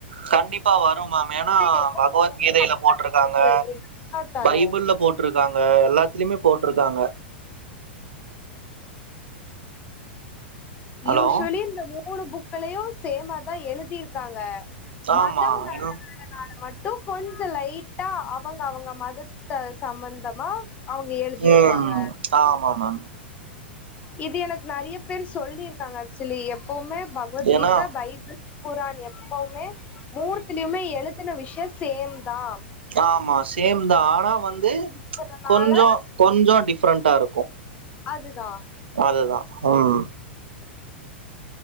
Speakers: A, on the right; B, on the left.
A: கண்டிப்பா வரும் மேம் ஏனா
B: என்ன
A: பகவத்கீதைல
B: தரோமோ அதுதா
A: போட்ருகாங்க
B: நம்மளுக்கு ரிட்டனா தரு
A: பைபிள்ல போட்ருகாங்க எல்லாத்லிமே போட்ருகாங்க ஹலோ
B: யூஷ்யலி இந்த மூணு புக்கலயும் சேமா தான் எழுது காங்க மதம்
A: ஆமா
B: வேற
A: என்ன-
B: வேறநால மட் டு கொஞ்ச லைட்டா அவங்க அவங்க மதத்த சமந்தமா அவுங்க எழுதிருபாங்க
A: ம் ஆமா மேம்
B: இது எனக்கு நெறைய பேர் சொல்லிருகாங்க ஆக்சுலி எப்புமே பகவத்கீதா
A: ஏன்னா
B: பைபிள் குரான் எப்பவுமே மூணுத்லியுமே எழுதுன விஷய சேம் தான்
A: ஆமா சேம் தான் ஆனா வந்து
B: இருக்கறனால
A: கொஞ்ஜோ கொஞ்ஜோம் டிஃப்ரெண்டா இருக்கும்
B: அதுதான்
A: அதுதான் ம்